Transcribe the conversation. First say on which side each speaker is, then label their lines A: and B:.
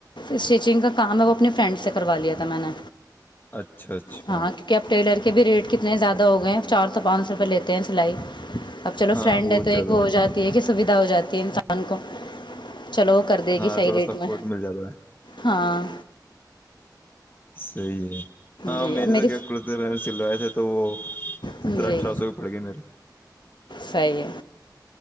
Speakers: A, on the left (about 80°); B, on the left (about 25°).
A: اسٹیچنگ کا کام ہے وہ اپنی فرینڈ سے کروا لیا تھا میں نے
B: اچھا اچھا
A: ہاں کیونکہ اب ٹیلر کے بھی ریٹ کتنے زیادہ ہو گئے ہیں چار سو پانچ سو روپے لیتے ہیں سلائی اب چلو
B: ہاں
A: فرینڈ
B: بہت
A: ہے
B: زیادہ
A: وہ ہو جاتی ہے کہ سویدھا ہو جاتی ہے انسان کو چلو کر دے
B: ہاں
A: گی صحیح
B: تھوڑا
A: ریٹ
B: سپورٹ
A: میں
B: مل جاتا ہے
A: ہاں
B: صی ہے ہاں
A: جی
B: میرے
A: اب میری
B: تو کیا کرتے میں سلوائے تھے تو وہ
A: جی
B: سترہ اٹھارہ سو ہی پڑ گئے میرے
A: صحیح ہے